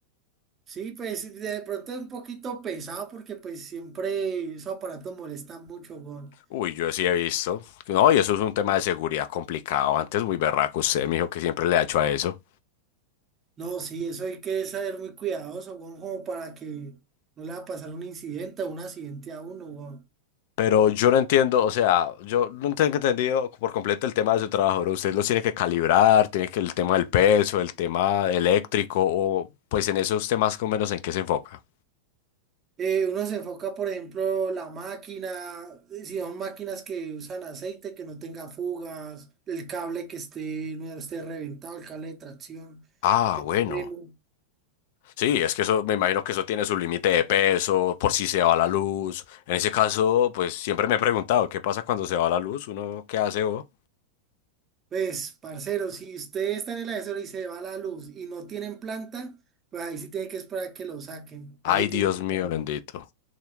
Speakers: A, on the right (about 25°); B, on the left (about 50°).
A: Sí, pues de pronto es un poquito pesado porque pues siempre esos aparatos molestan mucho, weón.
B: Uy, yo sí he visto. No, y eso es un tema de seguridad complicado. Antes muy berraco usted, me dijo que siempre le ha hecho a eso.
A: No, sí, eso hay que saber muy cuidadoso, weón, como para que no le va a pasar un incidente o un accidente a uno, weón.
B: Pero yo no entiendo, o sea, yo no tengo entendido por completo el tema de su trabajo. ¿no? Usted los tiene que calibrar, tiene que el tema del peso, el tema eléctrico, o pues en esos temas con menos en qué se enfoca.
A: Eh, uno se enfoca, por ejemplo, la máquina, eh, si son máquinas que usan aceite, que no tenga fugas, el cable que esté, no esté reventado, el cable de tracción.
B: Ah, bueno.
A: Bueno,
B: Sí, es que eso, me imagino que eso tiene su límite de peso, por si se va la luz. En ese caso, pues siempre me he preguntado, ¿qué pasa cuando se va la luz? ¿Uno qué hace vos?
A: pues, parcero, si usted está en el ascensor y se va la luz y no tienen planta, pues ahí sí tiene que esperar que lo saquen.
B: Ay,
A: Ahí se
B: Dios
A: tiene que estar,
B: mío, bendito.